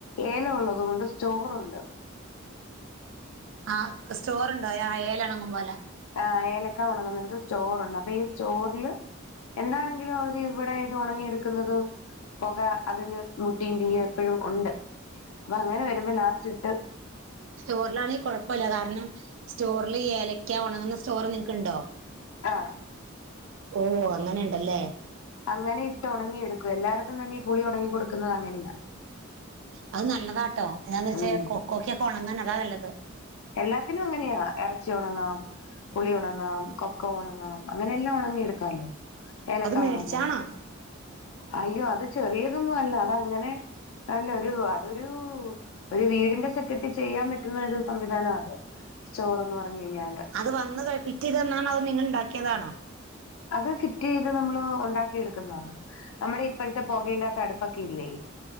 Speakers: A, on the left; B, on the right.
A: ഏല ഉള്ളതുകൊണ്ട് സ്റ്റോറുണ്ട്,
B: ആഹ് സ്റ്റോറുണ്ടോ ആ ഏലണങ്ങും പോല,
A: ആഹ് ഏലക്ക ഉണങ്ങ്ന്നേട്ത്തെ സ്റ്റോറുണ്ട് അപ്പൊ ഈ സ്റ്റോറില്, എന്താണെങ്കിലും അത് ഇവിടെ ഇത് ഉണങ്ങിയെടുക്കുന്നത്, പുക അതിന് മുട്ടീ തീയും എപ്പഴും ഉണ്ട് അപ്പൊ അങ്ങനെ വരുമ്പോ ലാസ്റ്റ് ഇട്ട്,
B: സ്റ്റോറിലാണെങ്കിൽ കുഴപ്പല്ല കാരണം സ്റ്റോറിൽ ഏലക്ക ഉണങ്ങുന്ന സ്റ്റോർ നിങ്ങക്ക്ണ്ടോ,
A: ആഹ്,
B: ഓഹ് അങ്ങനെ ഉണ്ടല്ലേ,
A: അങ്ങനെ ഇട്ട് ഉണങ്ങിയെടുക്കും എല്ലായിടത്തും തന്നെ ഈ പുളി ഉണങ്ങി കൊടുക്കുന്നത് അങ്ങനെയാ,
B: അത് നല്ലതാട്ടോ എന്താന്ന് വെച്ച
A: ഉം
B: കൊക്കോക്ക്യോക്കെ ഉണങ്ങാൻ അതാ നല്ലത്,
A: എല്ലാത്തിനുങ്ങനെയാ ഇറച്ചി ഒണങ്ങാം പുളിയൊണങ്ങാം കൊക്കൊ ഒണങ്ങാം അങ്ങനെ എല്ലാം ഉണങ്ങി എടുക്കാാലോ ഏലക്ക
B: അത് മേടിച്ചാണോ
A: ഒണങ്ങാം. അയ്യോ അത് ചെറീയതൊന്നുല്ല അതങ്ങനെ നല്ല ഒരു ഒരൂ ഒരു വീടിന്റെ സെറ്റപ്പി ചെയ്യാൻ പറ്റുന്നൊരു സംവിധാനാത് സ്റ്റോറെന്ന് പറഞ് കയ്ഞ്ഞാല്
B: അത് വന്ന് പിറ്റയ്തന്നാണോ അത് നിങ്ങൾണ്ടാക്കിയതാണോ?
A: അത് ഫിറ്റിയ്ത് നമ്മള് ഒണ്ടാക്കിയെടുക്കുന്നതാ നമ്മുടെ ഇപ്പോഴത്തെ പുകയില്ലാത്ത അടുപ്പൊക്കെയില്ലേ?